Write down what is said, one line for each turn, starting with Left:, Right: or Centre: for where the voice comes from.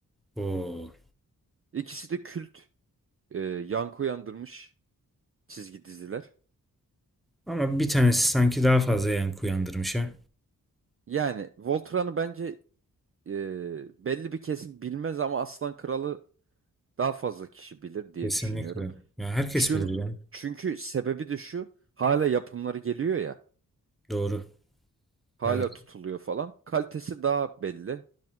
Centre: Oo.
Right: İkisi de kült, e, yankı uyandırmış çizgi diziler.
Centre: Ama bir tanesi sanki daha fazla yankı uyandırmış ha.
Right: Yani Voltran'ı bence e, belli bir kesim bilmez ama Aslan Kralı daha fazla kişi bilir diye
Centre: Kesinlikle.
Right: düşünüyorum.
Centre: Ya herkes
Right: Çün,
Centre: bilir yani.
Right: çünkü sebebi de şu hala yapımları geliyor ya
Centre: Doğru.
Right: hala
Centre: Evet
Right: tutuluyor falan. Kalitesi daha belli.